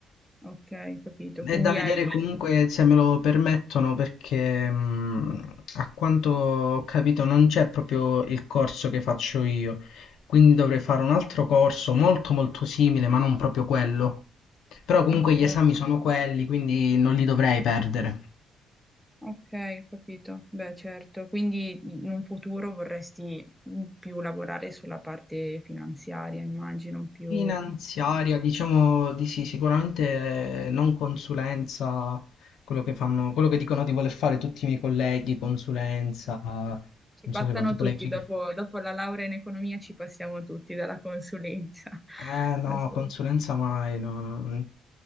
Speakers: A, in the centre; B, on the left.
A: ok, capito.
B: È
A: Quindi
B: da vedere
A: hai...
B: comunque se me lo permettono perché mh, a quanto ho capito non c'è proprio il corso che faccio io, quindi dovrei fare un altro corso molto molto simile, ma non proprio quello. Però comunque
A: Ok,
B: gli esami sono quelli, quindi non li dovrei perdere.
A: ok, capito. Beh, certo. Quindi in un futuro vorresti mm, più lavorare sulla parte finanziaria, immagino, più...
B: Finanziaria, diciamo di sì, sicuramente eh, non consulenza, quello che fanno, quello che dicono di voler fare tutti i miei colleghi, consulenza, non
A: Ci passano
B: so se con tipo
A: tutti,
B: lei qui.
A: dopo, dopo la laurea in economia ci passiamo tutti dalla consulenza. <laughs>
B: Eh no,
A: Assolutamente.
B: consulenza mai. no.